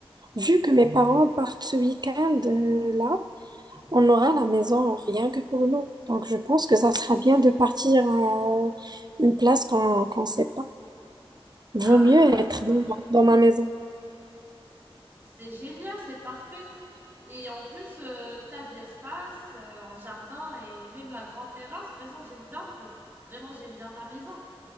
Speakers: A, on the right; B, on the right.
A: Vu que mes parents partent ce week-end euh, là, on aura la maison rien que pour nous. Donc je pense que ça sera bien de partir à une place qu'on qu'on sait pas. Vaut
B: Ah
A: mieux
B: oui, ça
A: être
B: c'est parfait.
A: dans, dans ma maison.
B: C'est génial, c'est parfait. Et en plus, euh, t'as de l'espace, euh, un jardin et même la grande terrasse. Vraiment, j'aime bien, euh, vraiment, j'aime bien ta maison.